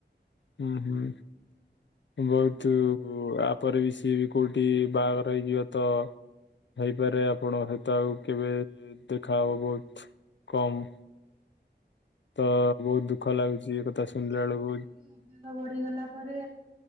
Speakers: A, on the left; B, on the right.
A: ହୁଁ ହୁଁ। ବହୁତ୍ ଆପରେ ବି ସିଏ ବି କୋଉଠି ବାହାଘର ହେଇଯିବେ ତ ହେଇପାରେ ଆପଣ ହୁଏତ ଆଉ କେବେ ଦେଖାହବ ବହୁତ୍ କମ୍। ତ
B: <unintelligible>
A: ବହୁତ ଦୁଃଖ ଲାଗୁଛି ଏ କଥା ଶୁଣିଲା ବେଳକୁ
B: ବଢ଼ିଗଲା ପରେ